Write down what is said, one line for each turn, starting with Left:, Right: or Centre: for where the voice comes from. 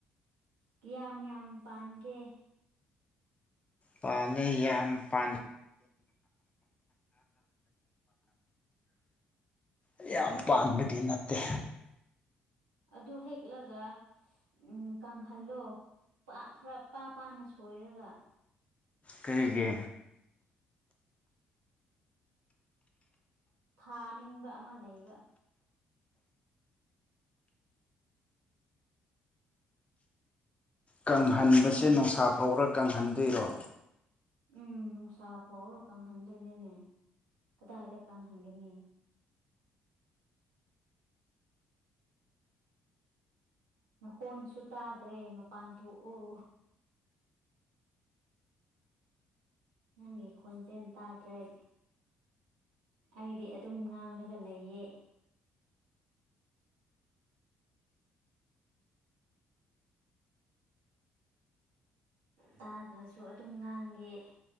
Right: ꯀꯌꯥꯝ ꯌꯥꯝ ꯄꯥꯟꯒꯦ꯫
Left: ꯄꯂꯦ ꯌꯥꯝ ꯄ <unintelligible> ꯌꯥꯝ ꯄꯥꯟꯕꯗꯤ ꯅꯠꯇꯦ꯫
Right: ꯑꯗꯨ ꯍꯦꯛꯂꯒ ꯎꯝ ꯀꯪꯍꯜꯂꯣ ꯄꯥꯛ ꯈꯔ ꯄꯥ ꯄꯥꯅ ꯁꯣꯏꯔꯒ
Left: ꯀꯔꯤꯒꯤ
Right: ꯊꯥꯅꯤꯡꯕ ꯑꯃ ꯂꯩꯕ
Left: ꯀꯪꯍꯟꯕꯁꯦ
Right: ꯀꯪꯍꯟ
Left: ꯅꯨꯡꯁꯥ ꯐꯧꯔ ꯀꯪꯍꯟꯗꯣꯏꯔꯣ?
Right: ꯎꯝ ꯅꯨꯡꯁꯥ ꯐꯥꯎꯔꯣ ꯀꯪꯍꯟꯗꯣꯏꯅꯣꯅꯦ ꯀꯗꯥꯏꯗ ꯀꯪꯍꯟꯒꯅꯤ꯫ ꯅ ꯍꯣꯟꯁꯨ ꯇꯥꯗ꯭ꯔꯦ ꯃꯄꯥꯟ ꯊꯣꯛꯑꯣ ꯅꯪꯒꯤ ꯈꯣꯟꯖꯦꯜ ꯇꯥꯗ꯭ꯔꯩ ꯑꯩꯗꯤ ꯑꯗꯨꯝ ꯉꯥꯡꯂꯒ ꯂꯩꯌꯦ꯫ ꯇꯥꯗ꯭ꯔꯁꯨ ꯑꯗꯨꯝ ꯉꯥꯡꯒꯦ